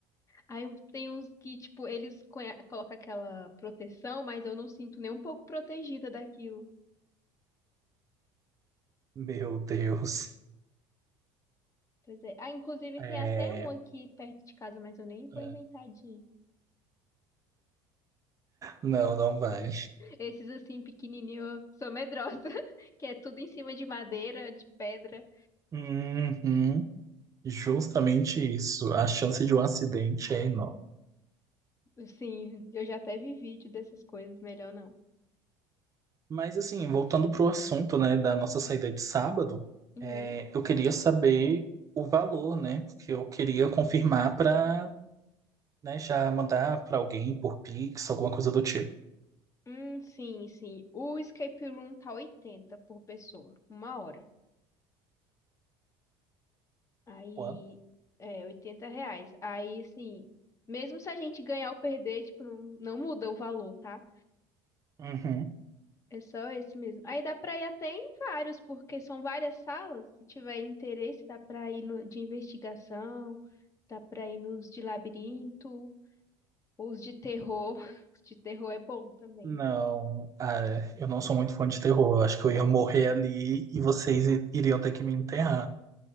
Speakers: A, on the left (about 30°); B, on the right (about 30°).
A: Aí um, tem uns que, tipo, eles conhe- colocam aquela proteção, mas eu não sinto nem um pouco protegida daquilo.
B: Meu Deus.
A: Pois é. Ah, inclusive
B: É,
A: tem até um aqui perto de casa, mas eu nem vou
B: é.
A: inventar de ir.
B: não, não vai.
A: Esses assim, pequenininho, eu sou medrosa, <laughs> que é tudo em cima de madeira, de pedra.
B: Uhum, Justamente isso. A chance de um acidente é enorme.
A: Sim, eu já até vi vídeo dessas coisas, melhor não.
B: Mas assim, voltando para o assunto, né, da nossa saída de sábado,
A: Uhum.
B: é, eu queria saber o valor, né, porque eu queria confirmar para, né, já mandar para alguém por Pix, alguma coisa do tipo.
A: Hum, sim, sim. O escape room tá 80 por pessoa, uma hora. Aí,
B: Ué?
A: é, 80 reais. Aí, assim, mesmo se a gente ganhar ou perder, tipo, não, não muda o valor, tá?
B: Uhum.
A: É só esse mesmo. Aí dá pra ir até em vários, porque são várias salas. Se tiver interesse, dá pra ir no, de investigação, dá pra ir nos de labirinto, ou os de terror. <laughs> Os de terror é bom também.
B: Não, ah, eu não sou muito fã de terror. Eu acho que eu ia morrer ali e vocês i- iriam ter que me enterrar.